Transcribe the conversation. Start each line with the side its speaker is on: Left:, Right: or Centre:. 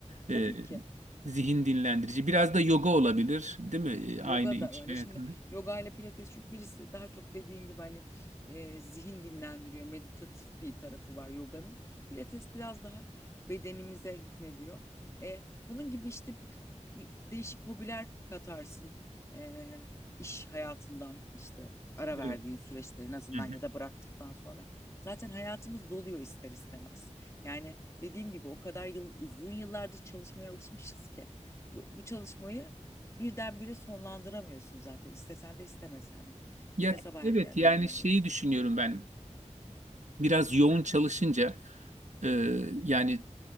Left: Tabii
Right: Ee,
Left: ki.
Right: zihin dinlendirici. Biraz da yoga olabilir, değil mi? Ee,
Left: Yoga
Right: Aynı iş
Left: da öyle.
Right: hayatında.
Left: Şimdi yoga ile pilates çünkü birisi daha çok dediğin gibi hani e, zihin dinlendiriyor, meditatif bir tarafı var yoganın. Pilates biraz daha bedenimize hükmediyor. E, bunun gibi işte bir- bir değişik hobiler katarsın e, iş hayatından işte ara verdiğin
Right: Evet.
Left: süreçte en azından
Right: Hı hı.
Left: ya da bıraktıktan sonra. Zaten hayatımız doluyor ister istemez. Yani dediğim gibi o kadar yıl uzun yıllardır çalışmaya alışmışız ki bu, bu çalışmayı Birdenbire sonlandıramıyorsun zaten istesen de istemesen de.
Right: Ya,
Left: Gene sabah
Right: evet
Left: erkenden
Right: yani
Left: uyanıyorsun.
Right: şeyi düşünüyorum ben. Biraz yoğun
Left: Hı,
Right: çalışınca e, yani